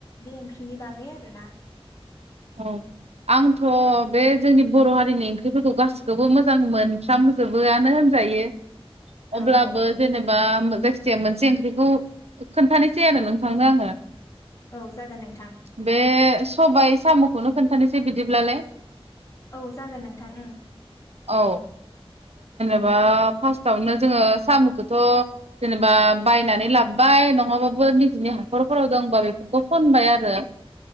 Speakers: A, on the left (about 30°); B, on the right (about 85°).
A: बे ओंख्रिनि बागै आरोना।
B: औ आंथ' बे जोंनि बर' हारिनि ओंख्रिफोरखौ गासिखौबो मोजां मोनफ्रामजोबोआनो होनजायो।
A: औ
B: अब्लाबो
A: औ औ
B: जेनेबा
A: नोंथां
B: जायखिजाया मोनसे ओंख्रिखौ खोन्थानोसै आरो नों थांनो आङो
A: औ जागोन नोंथां
B: बे सबाय इस साम'खौनो खोनन्थानोसै बिदिब्लालाय
A: औ जागोन नोंथां उम
B: औ ओ फारस्ट आवनो जोङो सामखौथ जेनेबा बायनानै लाबोबाय नङाबाबो निजेनि हाखरफोराव दं होनबा बेफोरखौ खनबाय आरो